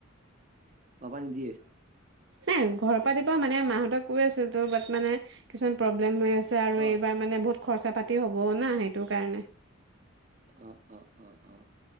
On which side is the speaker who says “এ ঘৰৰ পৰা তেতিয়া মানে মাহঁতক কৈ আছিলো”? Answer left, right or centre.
Right